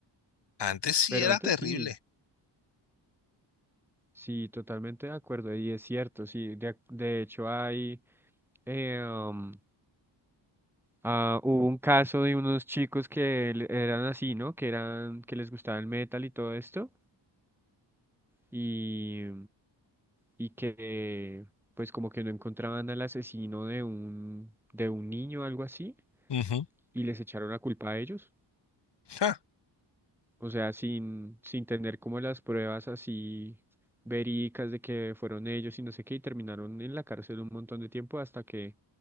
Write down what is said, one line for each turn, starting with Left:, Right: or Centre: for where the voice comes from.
Left: Antes sí
Centre: Pero
Left: era
Centre: antes
Left: terrible.
Centre: sí, sí, totalmente de acuerdo. Y es cierto, sí. De, de hecho, hay, eh, um, ah, hubo un caso de unos chicos que le- eran así, ¿no? Que eran, que les gustaba el metal y todo esto. Y, y que, pues, como que no encontraban al asesino de un, de un niño, algo así.
Left: Ujú.
Centre: Y les echaron la culpa a ellos.
Left: Ja,
Centre: O sea, sin, sin tener como las pruebas así verídicas de que fueron ellos y no sé qué, y terminaron en la cárcel un montón de tiempo hasta que